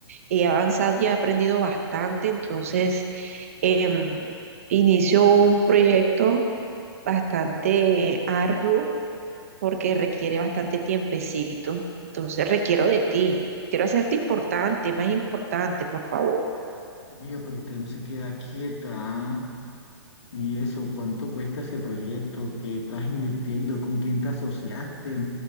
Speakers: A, on the right; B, on the left.
A: he avanzado y he aprendido bastante, entonces... em, inicio un proyecto bastante arduo porque requiere bastante tiempecito. Entonces requiero de ti. Quiero hacerte importante, más importante, por favor.
B: Oiga, pero usted no se queda quieta. ¿ah? ¿Y eso? ¿Cuánto cuesta ese proyecto? ¿Qué estás invirtiendo? ¿Con quién te asociaste?